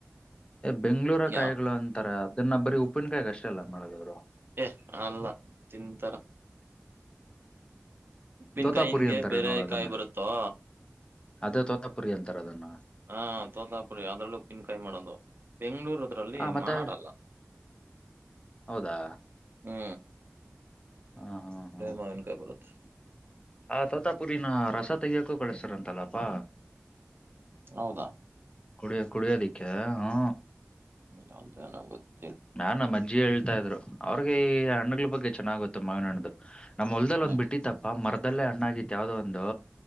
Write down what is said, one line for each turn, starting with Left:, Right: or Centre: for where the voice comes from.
Left: ಬೆಂಗ್ಳೂರ ಕಾಯಿಗಳು
Right: ಯಾವ
Left: ಅಂತಾರೆ ಅ ಇದನ್ನ ಬರಿ ಉಪ್ಪಿನಕಾಯಿಗ ಅಷ್ಟಲ್ಲ ಮಾಡೋದಾದ್ರೂ
Right: ಏ ಅಲ್ಲ ತಿಂತಾರ ಉಪ್ಪಿನಕಾಯಿನ್ಗೆ
Left: ತೋತಾಪುರಿ ಅಂತಾರೆ
Right: ಬೇರೆ
Left: ನೋಡ ಅದನ್ನ
Right: ಕಾಯಿ ಬರುತ್ತಾ
Left: ಅದೇ ತೋತಪುರಿ ಅಂತಾರ ಅದನ್ನ
Right: ಹಾ ತೋತಾಪುರಿ ಅದ್ರಲ್ಲೂ ಉಪ್ಪಿನಕಾಯಿ ಮಾಡೋದು ಬೆಂಗ್ಳೂರ್ ಅದ್ರಲ್ಲಿ
Left: ಆ ಮತ್ತೆ
Right: ಮಾಡಲಾ
Left: ಹೌದಾ
Right: ಹೂ
Left: ಹಾ ಹಾ ಹಾ
Right: ಮಾವಿನಕಾಯಿ ಬರುತ್ತೆ
Left: ಆ ತೋತಪುರಿ ನ ರಾಸ ತಗಯಕು ಕಳಸರ್ ಅಂತಲ್ಲಪ್ಪಾ
Right: ಹೌದಾ
Left: ಕುಡಿಯ ಕುಡಿಯ ದಕೇ ಹಾ
Right: ಹ್ಮ ಹೌದ ಗೊತ್ತ <unintelligible>
Left: ನಾ ನಮ್ಮ ಅಜ್ಜಿ ಹೇಳ್ ಹೇಳ್ತಾ ಇದ್ರು ಅವ್ರಿಗೆ ಈ ಹಣ್ಣಗಳ ಬಗ್ಗೆ ಚೆನ್ನಾಗುತ್ತೆ ಮಾವಿನ ಹಣ್ಣ್ದು ನಮ್ಮ್ ಹೊಲ್ದ ಅಲ್ಲಿ
Right: ಹ್ಮ್
Left: ಒಂದ್ ಬಿಟ್ಟ ತಪ್ಪ ಮರ ಅಲ್ಲೇ ಹಾಣ್ಣಾಗಿತ್ತು ಯಾವ್ದದೋ ಒಂದು